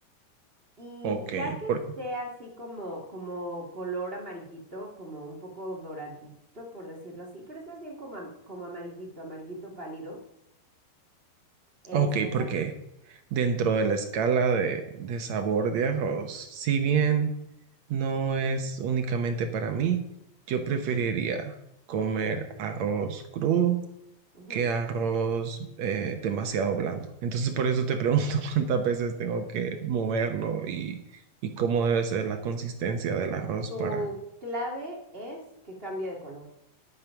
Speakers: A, on the right (about 20°); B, on the right (about 65°).
A: y
B: Ok,
A: ya que
B: por,
A: esté así como, como color amarillito, como un poco doradito, por decirlo así, pero es más bien como, am- como amarillito, amarillito pálido, este
B: ok, porque
A: te...
B: dentro de la escala de, de sabor de arroz, si bien
A: Ujú,
B: no es únicamente para mí, yo preferiría
A: ujú,
B: comer arroz crudo
A: ujú.
B: que arroz eh, demasiado blando. Entonces por eso te pregunto <laughs> cuántas veces tengo que moverlo y, y cómo debe ser la consistencia del arroz
A: Tu
B: para...
A: clave es que cambie de color,